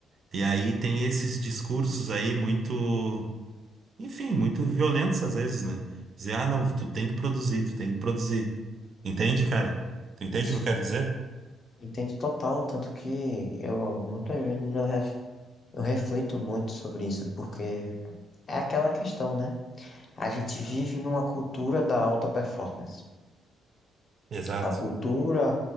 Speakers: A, on the right (about 50°); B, on the left (about 45°).
A: E aí tem esses discursos aí muito, enfim, muito violentos às vezes, né? Dizer, ah, não, tu tem que produzir, tu tem que produzir. Entende, cara? Tu entende
B: Isso.
A: o que eu quero dizer?
B: Entendo total, tanto que eu muitas vezes eu, ref, eu reflito muito sobre isso, porque é aquela questão, né? A gente vive numa cultura da alta performance.
A: Exato.
B: A cultura